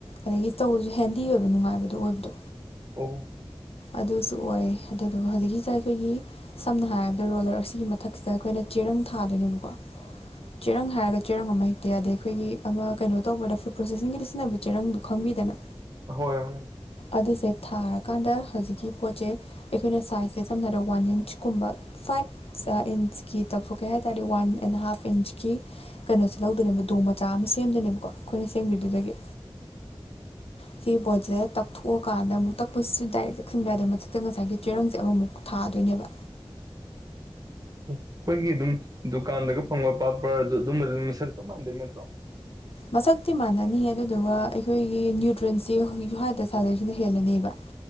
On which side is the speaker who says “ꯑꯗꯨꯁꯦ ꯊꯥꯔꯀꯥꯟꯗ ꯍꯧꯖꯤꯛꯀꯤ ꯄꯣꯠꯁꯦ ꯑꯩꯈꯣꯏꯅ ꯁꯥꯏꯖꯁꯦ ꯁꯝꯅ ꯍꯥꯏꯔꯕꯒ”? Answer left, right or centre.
Left